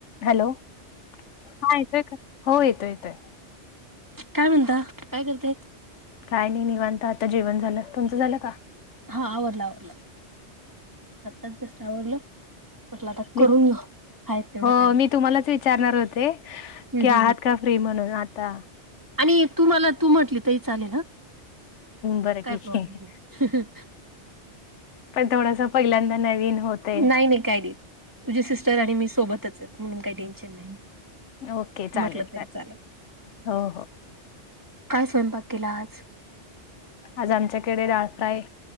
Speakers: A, on the left; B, on the right.
A: Hello हा येतोय का? हो येतोय येतोय.
B: काय म्हणता काय करते?
A: काय नाही निवांत आता जेवण झालं. तुमचं झालं का?
B: हा आवरला आवरला. आत्ताच जास्ट आवरलं. म्हटलं आता
A: मी
B: करून. आहेत तेवढा
A: हो
B: टाइम
A: मी तुम्हालाच विचारणार होते
B: हम्
A: की, आहात
B: हम् हम
A: का फ्री म्हणून आता.
B: आणि तु मला तू म्हटली तरी चालेल हा
A: बरं
B: काय
A: ठीक
B: प्रॉब्लेम
A: आहे
B: नाही
A: पण थोडस पहिल्यांदा नवीन होते
B: नाही नाही काय नाही तुझी सिस्टर आणि मी सोबतच आहे. म्हणून काही टेन्शन नाही
A: ओके चालेल
B: म्हटलं तरी चालेल.
A: हो हो
B: काय स्वयंपाक केला आज?
A: आज आमच्याकडे डाळफ्राय